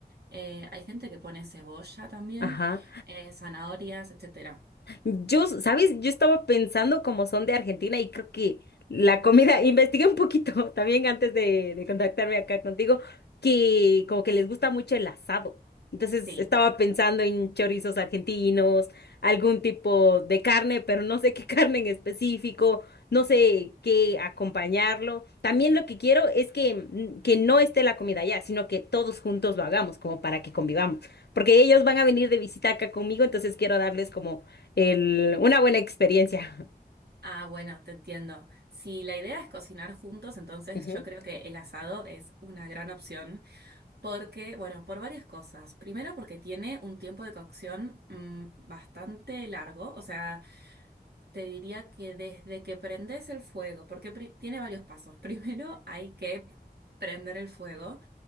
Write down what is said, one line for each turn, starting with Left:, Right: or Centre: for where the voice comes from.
Right: eh, hay gente que pone cebolla también,
Left: ajá.
Right: eh, zanahorias, etcétera.
Left: Yo, ¿sabes? Yo estaba pensando como son de Argentina y creo que la comida, <laughs> investigué un poquito también antes de, de contactarme acá contigo, que como que les gusta mucho el asado. Entonces
Right: Sí.
Left: estaba pensando en chorizos argentinos, algún tipo de carne, pero no sé qué <laughs> carne en específico, no sé qué acompañarlo. También lo que quiero es que, mm, que no esté la comida ya, sino que todos juntos lo hagamos, como para que convivamos porque ellos van a venir de visita acá conmigo, entonces quiero darles como el, una buena experiencia.
Right: Ah, bueno, te entiendo. Si la idea es cocinar juntos, entonces
Left: <laughs> Ujú.
Right: yo creo que el asado es una gran opción porque, bueno, por varias cosas. Primero porque tiene un tiempo de cocción mm, bastante largo, o sea... Te diría que desde que prendes el fuego, porque pri- tiene varios pasos. <laughs> Primero hay que prender el fuego,